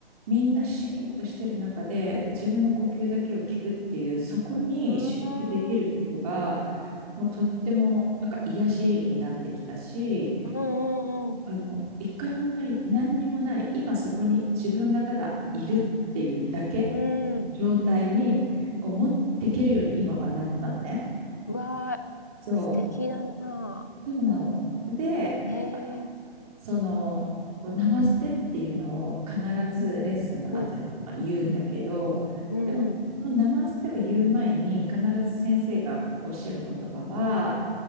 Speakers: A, on the right; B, on the left.
A: みんなシーンとしてる中で自分の呼吸だけを聞くっていう、そこに集中できることが、
B: あ、
A: もうとってもなんか癒しになってきたし、
B: うんうん
A: あの、一回本当に何にもない、今そこに自分がただいるっていうだけ
B: うん。うん。
A: 状態にこう持っていけるように今はなったのね。
B: うわー、
A: そ
B: 素敵だな。
A: う、そうなの。で、
B: ええー
A: あのその、こうナマステっていうのを必ずレッスンの後に、
B: うん、
A: まあ、言うんだけど、
B: うん、
A: でも、
B: うん、
A: そのナマステを言う前に必ず先生がおっしゃる言葉は、